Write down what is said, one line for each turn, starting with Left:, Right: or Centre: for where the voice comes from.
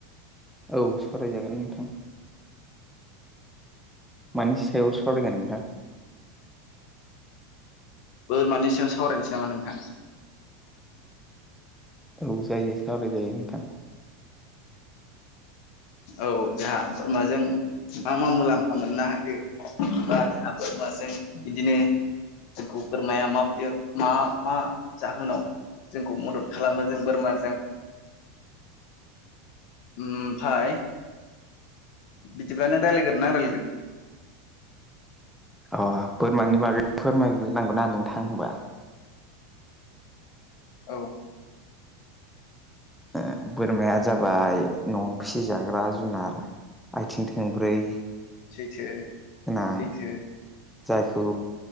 Centre: औ सावरायजागोन नोंथां। मानि सायाव सावरायगोन नोंथां?
Left: बोरमानि सायाव सावरायनोसै नामा नोंथां?
Centre: औ जायो सावराय जायो नोंथां।
Left: औ जाहा बोरमाजों मा मा मुलाम्फा मोननो हायो बा जाहा बोरमाजों बिदिनो जोंखौ बोरमाया माबोरदि मा मा जाहोनाव जोंखौ मदद खालामो जों बोरमाजों ओमफाय बिदिब्ला नों रायगोरनो ना आं रायलायगो
Centre: अ बोरमानि बागै फोरमायग्रोनांगौना नोंथां होनबा?
Left: औ।
Centre: ओ बोरमाया जाबाय न'आव फिसिजाग्रा जुनार। आथिं थोंब्रै
Left: सैथो।
Centre: गोनां
Left: सैथो
Centre: जायखौ